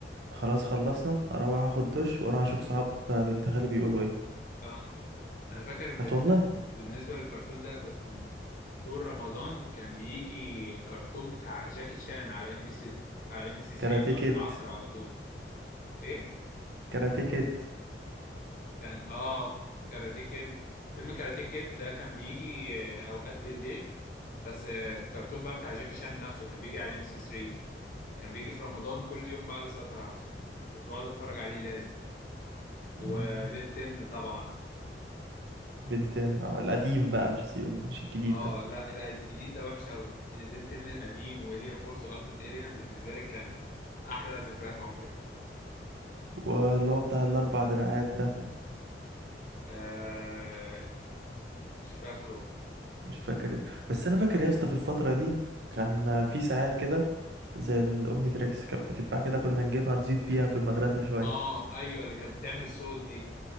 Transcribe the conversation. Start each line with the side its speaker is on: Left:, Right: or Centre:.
Right: خلاص خلصنا اروح اخد دش واروح اشوف صحاب بنت خالي بيقولوا ايه
Left: اه انا فاكر بال-
Right: كانت والله
Left: بالنسبه للكرتون ده كنت طول رمضان كان بيجي كرتون بتاع جاكي شان على ام بي سي على ام بي سي 3
Right: كاراتيه كيد
Left: بعد العصر على طول ايه
Right: كاراتيه كيد
Left: كان اه كاراتيه كيد فيلم كاراتيه كيد ده كان بيجي آه، اوقات بالليل بس آه، الكرتون بقى بتاع جاكي شان نفسه كان بيجي على ام بي سي 3 كان بيجي في رمضان كل يوم بعد صلاة العصر كنت بقعد اتفرج عليه لازم وبنتن
Right: مم.
Left: طبعا
Right: بنتين اه القديم بقى مش مش الجديد
Left: اه
Right: ده
Left: لا لا، الجديد ده وحش قوي بنتن القديم والين فورس والتيميت الين بالنسبه لي كان احلى ذكريات عمري
Right: واللي هو بتاع الاربع دراعات ده
Left: آه مش فاكره
Right: مش فاكر بس انا فاكر يا اسطى في الفتره دي كان في ساعات كده زي الاومني تريكس كانت بتتباع كده كنا نجيبها نزيد بيها في المدرسه شويه
Left: اه ايوه اللي كانت بتعمل صوت دي